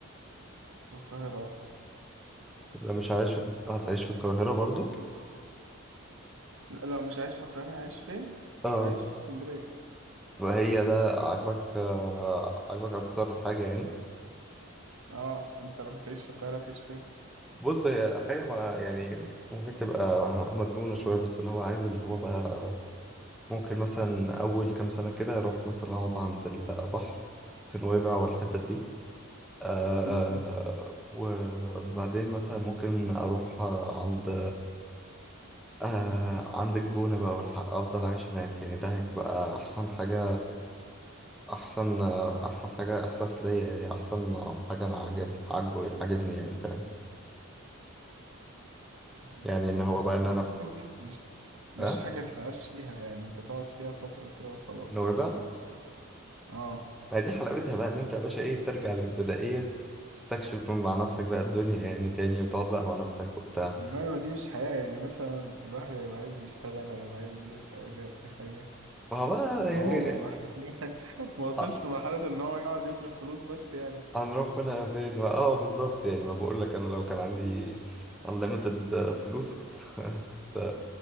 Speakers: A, on the right (about 75°); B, in the centre.
A: القاهره آه.
B: لا مش عايش في... هتعيش في القاهرة برضو
A: لا لو مش عايش في القاهره هعيش فين
B: اه
A: هعيش في اسكندريه
B: وهي ده عاجبك آه، عاجبك أكتر حاجة يعني
A: اه انت لو مش هتعيش في القاهره هتعيش فين
B: بص هي حاجة ما يعني ممكن تبقى مجنونة شوية بس اللي هو عايز اللي هو بقى ممكن مثلا أول كام سنة كده أروح مثلا أقعد عند البحر في نويبع والحتت دي آه
A: مم،
B: وبعدين مثلا ممكن أروح آه، عند آه عندك جونة بقى والحق أفضل عايش هناك يعني ده هيبقى أحسن حاجة أحسن أحسن حاجة إحساس ليا يعني أحسن حاجة أنا عجب عجبه عجبني يعني فاهم
A: فهمتك.
B: يعني إن
A: اه
B: هو
A: بس
B: بقى إن
A: يعني
B: أنا
A: الاماكن
B: في
A: دي مش مش
B: أه
A: حاجه تتعاش فيها يعني انت تقعد فيها فتره كده وخلاص
B: نويبع
A: اه
B: ما دي حلاوتها بقى إن أنت يا باشا إيه بترجع للبدائية تستكشف مع نفسك بقى الدنيا يعني تاني وتقعد بقى مع نفسك وبتاع
A: ما هو دي مش حياة يعني مثلا الواحد هيبقى عايز يشتغل هيبقى عايز يدرس هيبقى عايز يعمل أي حاجة
B: فهو بقى
A: ما هو
B: يعني
A: ما, <laughs> ما وصلش
B: آه،
A: لمرحلة إن هو يقعد يصرف فلوس بس يعني
B: هنروح منها فين ما- اه بالظبط يعني ما بقول لك انا لو كان عندي unlimited فلوس كنت <laughs> كنت